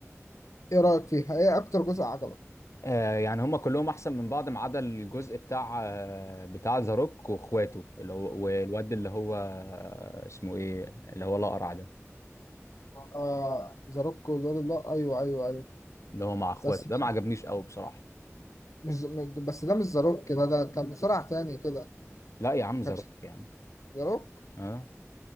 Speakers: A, on the left; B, on the left.
A: إيه رأيك فيها؟ إيه أكتر جزء عجبك؟
B: آه يعني هما كلهم احسن من بعض ما عدا الجزء بتاع آه بتاع ذا روك واخواته اللي هو والواد اللي هو آه، اسمه ايه اللي هو الاقرع ده
A: آه ذا روك والله أيوه أيوه أيوه
B: اللي هو مع اخواته
A: بس
B: ده ما عجبنيش قوي بصراحه
A: مش بس ده مش ذا روك ده ده ده مصارع تاني كده
B: لا يا عم ذا
A: كانش
B: روك يا عم
A: ذا روك
B: اه